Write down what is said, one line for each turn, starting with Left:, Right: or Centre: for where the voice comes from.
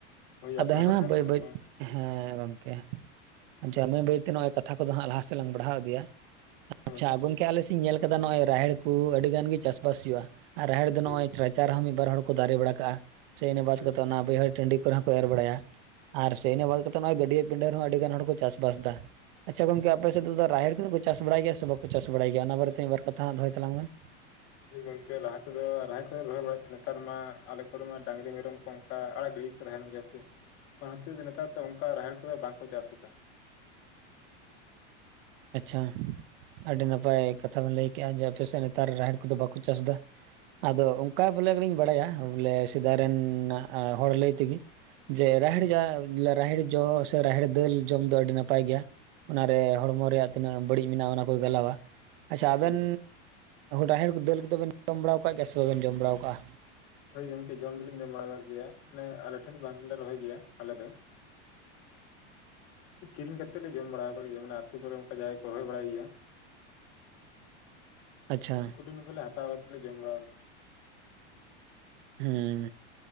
Left: ᱦᱳᱭ
Right: ᱟᱫᱚ
Left: ᱟᱯᱱᱟᱨᱟᱜ
Right: ᱦᱮᱸ ᱢᱟ
Left: ᱛᱟᱦᱮᱱ
Right: ᱵᱟᱹᱭ
Left: ᱠᱷᱟᱱ
Right: ᱵᱟᱹᱭ
Left: ᱢᱟ
Right: ᱦᱮᱸ ᱜᱚᱝᱠᱮ᱾ ᱟᱪᱪᱷᱟ ᱵᱟᱹᱭ ᱵᱟᱹᱭ ᱛᱮ ᱱᱚᱜᱼᱚᱭ ᱠᱟᱛᱷᱟ ᱠᱚᱫᱚ ᱦᱟᱸᱜ ᱞᱟᱦᱟ ᱥᱮᱫ ᱞᱟᱝ ᱵᱟᱲᱦᱟᱣ ᱤᱫᱤᱭᱟ᱾
Left: ᱦᱳᱭ
Right: ᱟᱪᱪᱷᱟ ᱜᱚᱝᱠᱮ ᱟᱞᱮ ᱥᱮᱫ ᱤᱧ ᱧᱮᱞ ᱠᱟᱫᱟ ᱱᱚᱜᱼᱚᱭ ᱨᱟᱦᱮᱲ ᱠᱩ ᱟᱹᱰᱤ ᱜᱟᱱ ᱜᱮ ᱪᱟᱥᱵᱟᱥ ᱦᱩᱭᱩᱜᱼᱟ᱾ ᱟᱨ ᱨᱟᱦᱮᱲ ᱫᱚ
Left: ᱦᱳᱭ
Right: ᱱᱚᱜ-ᱚᱭ ᱨᱟᱪᱟ ᱨᱦᱚᱸ ᱢᱤᱫ ᱵᱟᱨ ᱦᱚᱲ ᱠᱚ ᱫᱟᱨᱮ ᱵᱟᱲᱟ ᱠᱟᱜᱼᱟ᱾ ᱥᱮ ᱤᱱᱟᱹ ᱵᱟᱫ
Left: ᱦᱳᱭ
Right: ᱠᱟᱛᱮ ᱚᱱᱟ ᱵᱟᱹᱭᱦᱟᱹᱲ ᱴᱟᱺᱰᱤ ᱠᱚᱮᱨᱮ ᱦᱚᱠᱚᱸ ᱮᱨ ᱵᱟᱲᱟᱭᱟ ᱟᱨ ᱥᱮ ᱤᱱᱟᱹ ᱵᱟᱫ ᱠᱟᱛᱮᱫ ᱱᱚᱜ-ᱚᱭ ᱜᱟᱹᱭᱟᱹ ᱯᱤᱸᱰᱟᱹ ᱨᱮ ᱦᱚᱸ ᱟᱹᱰᱤᱜᱟᱱ ᱦᱚᱲ ᱠᱚ ᱪᱟᱥᱵᱟᱥ ᱫᱟ᱾ ᱟᱪᱪᱷᱟ ᱜᱚᱝᱠᱮ ᱟᱯᱮ ᱥᱮᱫ ᱫᱚ ᱨᱟᱦᱮᱲ ᱠᱚᱫᱚ ᱠᱚ ᱪᱟᱥ ᱵᱟᱲᱟᱭ ᱜᱮᱭᱟ ᱥᱮ ᱵᱟᱠᱚ ᱪᱟᱥ ᱵᱟᱲᱟᱭ ᱜᱮᱭᱟ, ᱚᱱᱟ ᱵᱟᱨᱮ ᱛᱮ ᱢᱤᱫ ᱵᱟᱨ ᱠᱟᱛᱷᱟ ᱫᱚᱦᱚᱭ ᱛᱞᱟᱝ ᱢᱮ᱾
Left: ᱦᱳᱭ ᱜᱚᱝᱠᱮ ᱞᱟᱦᱟ ᱛᱮᱫᱚ ᱨᱟᱦᱮᱲ ᱠᱚᱞᱮ ᱨᱚᱦᱚᱭ ᱵᱟᱲᱟᱭᱮᱫ ᱛᱮᱦᱮᱱᱟ ᱱᱮᱛᱟᱨ ᱢᱟ ᱟᱞᱮ ᱠᱚᱨᱮᱢᱟ ᱰᱟᱹᱝᱨᱤ ᱢᱮᱨᱚᱢ ᱠᱚ ᱠᱟ ᱟᱲᱟᱜ ᱜᱤᱲᱤ ᱜᱮᱠᱚ ᱛᱟᱦᱮᱱ ᱜᱮᱭᱟ ᱥᱮ᱾ ᱚᱱᱟ ᱦᱚᱛᱤᱨ ᱛᱮ ᱱᱮᱛᱟᱨ ᱫᱚ ᱚᱱᱠᱟ ᱨᱟᱦᱮᱲ ᱠᱚᱫᱚ ᱵᱟᱝᱠᱚ ᱪᱟᱥ ᱮᱫᱟ᱾
Right: ᱟᱪᱪᱷᱟ᱾ ᱟᱹᱰᱤ ᱱᱟᱯᱟᱭ ᱠᱟᱛᱷᱟᱢ ᱵᱤᱱ ᱞᱟᱹᱭ ᱠᱮᱜ-ᱟ ᱡᱮ ᱟᱯᱮ ᱥᱮᱫ ᱱᱮᱛᱟᱨ ᱨᱟᱦᱮᱲ ᱠᱚᱫᱚ ᱵᱟᱠᱚ ᱪᱟᱥ ᱫᱟ᱾ ᱟᱫᱚ ᱚᱝᱠᱟ ᱵᱚᱞᱮ ᱜᱤᱲᱤᱧ ᱵᱟᱲᱟᱭᱟ ᱵᱚᱞᱮ ᱥᱮᱫᱟᱭ ᱨᱮᱱᱟᱜ ᱦᱚᱲ ᱞᱟᱹᱭ ᱛᱮᱜᱮ᱾ ᱡᱮ ᱨᱟᱦᱮᱲ
Left: ᱦᱳᱭ
Right: ᱡᱟ ᱨᱟᱦᱮᱲ ᱡᱚ, ᱥᱮ ᱨᱟᱦᱮᱲ ᱫᱟᱹᱞ ᱡᱚᱢ ᱫᱚ ᱟᱹᱰᱤ ᱱᱟᱯᱟᱭ ᱜᱮᱭᱟᱺ ᱚᱱᱟ ᱨᱮ ᱦᱚᱲᱢᱚ ᱛᱮᱭᱟᱜ ᱛᱤᱱᱟᱹᱜ ᱵᱟᱹᱲᱤᱡ ᱢᱮᱱᱟᱜᱼᱟ ᱚᱱᱟ ᱠᱚᱭ ᱜᱟᱞᱟᱣᱟ᱾ ᱟᱪᱪᱷᱟ ᱟᱵᱮᱱ
Left: ᱦᱳᱭ ᱦᱳᱭ
Right: ᱨᱟᱦᱮᱲ ᱠᱚ ᱫᱟᱹᱞ ᱠᱚᱫᱚ ᱵᱮᱱ ᱡᱚᱢ ᱵᱟᱲᱟᱟᱣ ᱠᱟᱜ ᱜᱮᱭᱟ ᱥᱮ ᱵᱟᱵᱮᱱ ᱡᱚᱢ ᱵᱟᱲᱟᱣ ᱠᱟᱜᱼᱟ?
Left: ᱦᱳᱭ ᱜᱚᱝᱠᱮ ᱡᱚᱢ ᱫᱚ ᱞᱤᱧ ᱡᱚᱢ ᱵᱟᱲᱟ ᱟᱠᱟᱫ ᱜᱮᱭᱟ᱾ ᱢᱟᱱᱮ ᱟᱞᱮ ᱴᱷᱮᱱ ᱫᱚ ᱵᱟᱝ ᱞᱮ ᱨᱚᱦᱚᱭ ᱜᱮᱭᱟ, ᱟᱞᱮ ᱫᱚ᱾ ᱠᱤᱨᱤᱧ ᱠᱟᱛᱮᱜ ᱞᱮ ᱡᱚᱢ ᱵᱟᱲᱟ ᱟᱠᱟᱫ ᱜᱮᱭᱟ᱾ ᱢᱟᱱᱮ ᱟᱹᱛᱩ ᱠᱚᱨᱮ ᱚᱱᱠᱟ ᱡᱟᱦᱟᱭ ᱠᱚ ᱨᱚᱦᱚᱭ ᱵᱟᱲᱟᱭ ᱜᱮᱭᱟ᱾
Right: ᱟᱪᱪᱷᱟ᱾
Left: ᱩᱱᱠᱩ ᱦᱟᱛᱟᱣ ᱠᱟᱛᱮ ᱡᱚᱢ ᱵᱟᱲᱟ
Right: ᱦᱩᱸ,